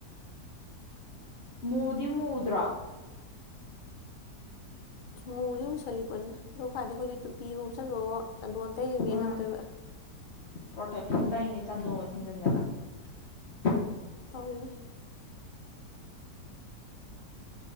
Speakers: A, on the left; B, on the left.
A: ꯃꯨꯗꯤ ꯃꯨꯗ꯭ꯔꯣ
B: ꯃꯨꯗꯤ ꯃꯨꯁꯜꯂꯤ ꯄꯣꯠꯅꯤꯗ ꯈ꯭ꯋꯥꯏꯗ ꯑꯩꯈꯣꯏꯗꯤ ꯇꯨꯄꯤꯒ ꯎꯞꯁꯟꯕꯋꯣ ꯆꯟꯗꯣꯟ ꯇꯩꯔꯤꯃꯦꯅ
A: ꯃꯥꯅꯦ
B: ꯑꯃꯨꯛꯇꯣꯏꯕ
A: ꯄ꯭ꯔꯣꯇꯦꯛꯁꯟ ꯇꯧꯔꯤꯅꯦ <unintelligible>
B: ꯇꯧꯔꯤꯅꯦ